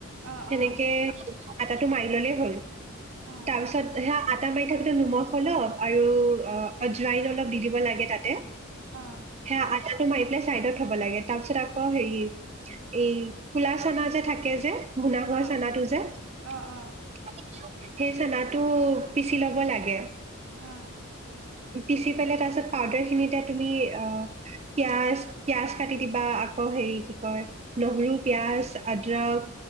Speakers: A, on the right; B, on the right.
A: অ',
B: হেনেকে
A: অ',
B: আটাটো মাৰি ল'লে হ'ল।
A: অ',
B: তাপিছত সেয়া আতা আটা মাৰি থাকোঁতে নিমখ অলপ আৰু অজৱাইন অলপ দি দিব লাগে তাতে।
A: অ',
B: সেয়া আটা মাৰি পেলাই চাইডত থ'ব লাগে তাৰ পিছত আকৌ হেৰি এই কলা চনাা যে থাকে যে। ভুনা হোৱা
A: অ',
B: চানাটো যে।
A: অ', অ',
B: সেই
A: অ',
B: চানাটো পিচি ল'ব লাগে।
A: অ'
B: পিচি পেলাই তাৰপিছত পাউদাৰ খিনিতে তুমি, অ' পিয়াজ পিয়াজ কাটি দিবা, আকৌ হেৰি কি কয়, নহৰু, পিয়াজ, আদ্ৰক,